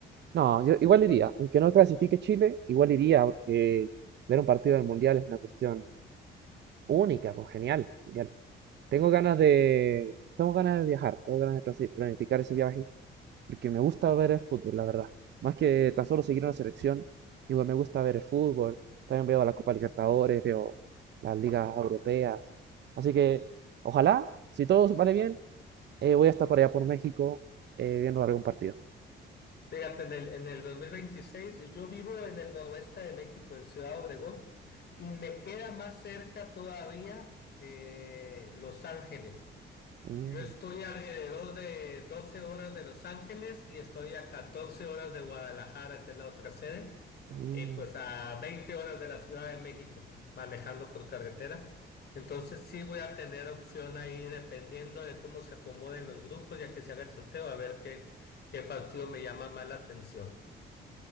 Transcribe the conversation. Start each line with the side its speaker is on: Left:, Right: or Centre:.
Right: No, yo igual iría. Aunque no clasifique Chile, igual iría porque ver un partido del Mundial es una cuestión única, pues genial, genial. Tengo ganas de, tengo ganas de viajar, tengo ganas de plasi- planificar ese viaje porque me gusta ver el fútbol, la verdad. Más que tan solo seguir una selección, igual me gusta ver el fútbol, también veo la Copa Libertadores, veo las ligas europeas. Así que ojalá, si todo vale bien, eh, voy a estar por allá por México eh, viendo algún partido.
Left: Fíjate, en el, en el 2026, yo vivo en el noroeste de México, en Ciudad Obregón, y me queda más cerca todavía eh, Los Ángeles.
Right: Mm,
Left: Yo estoy alrededor de 12 horas de Los Ángeles y estoy a 14 horas de Guadalajara, que es la otra sede,
Right: mm.
Left: y pues a 20 horas de la Ciudad de México, manejando por carretera. Entonces sí voy a tener opción ahí dependiendo de cómo se acomoden los grupos, ya que se haga el sorteo, a ver qué, qué partido me llama más la atención.